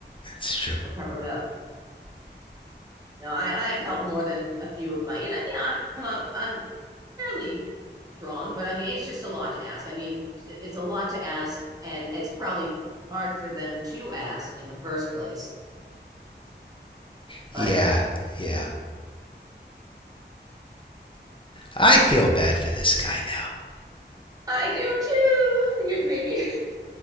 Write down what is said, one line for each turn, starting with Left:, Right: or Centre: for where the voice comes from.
Left: That's true.
Right: or cover it up. Now, I, I have helped more than a few of my, you know, yeah, I'm a, I'm fairly strong, but I mean, it's just a lot to ask. I mean, it's a lot to ask, and it's probably hard for them to ask in the first place.
Left: Yeah.
Right: But
Left: Yeah. I feel bad for this guy now.
Right: I do too. You maybe